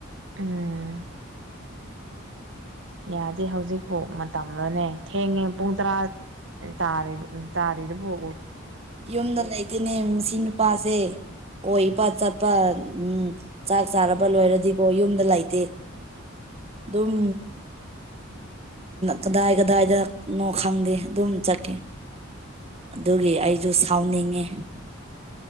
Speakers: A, on the right; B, on the right.
A: ꯎꯝ ꯌꯥꯗꯦ ꯍꯧꯖꯤꯛꯄꯨ ꯃꯇꯝꯂꯅꯦ ꯊꯦꯡꯉꯦ ꯄꯨꯡ ꯇꯔꯥ ꯇꯥ ꯇꯥꯔꯗꯨꯣ
B: ꯌꯨꯝꯗ ꯂꯩꯇꯦꯅꯦ ꯁꯤ ꯅꯨꯄꯥꯁꯦ ꯍ ꯏꯄꯥꯛꯠ ꯆꯠꯄ ꯎꯝ ꯆꯥꯛ ꯆꯥꯔꯕ ꯂꯣꯏꯔꯗꯤꯀꯣ ꯌꯨꯝꯗ ꯂꯩꯇꯦ ꯑꯗꯨꯝ ꯀꯗꯥꯏ ꯀꯗꯥꯏꯗꯅꯣ ꯈꯪꯗꯦ ꯑꯗꯨꯝ ꯆꯠꯀꯦ ꯑꯗꯨꯒꯤ ꯑꯩꯁꯨ ꯁꯥꯎꯅꯤꯡꯉꯤ